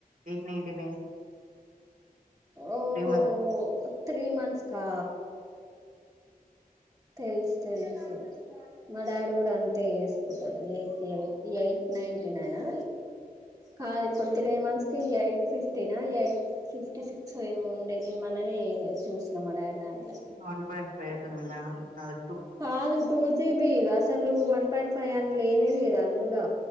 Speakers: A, on the right; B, on the right.
A: ఎయిట్ నైన్టీ నైన్
B: ఓహో
A: త్రీ మంత్స్ కి
B: త్రీ మంత్స్ కా తెలుసు తెలుసు మా డాడీ కూడా అంతే ఏసుకుంటాడు ఎయిటెల్ ఎ ఎయిట్ నైన్టీ నైనా కాదు ఇప్పుడు త్రీ మంత్స్ కి ఎయిట్ ఫిఫ్టీనా ఎయిట్ ఫిఫ్టీ సిక్స్ ఏమో ఉండే నేను మొన్ననే ఏంగా చూసినా మా డాడీ దాన్
A: వన్ పాయింట్ ఫైవ్ ఐటది మీ నాన్నది అది
B: కాదు టూ జీ బి అసలు వన్ పాయింట్ ఫైవ్ అన్ లేనే లేదు అందుడా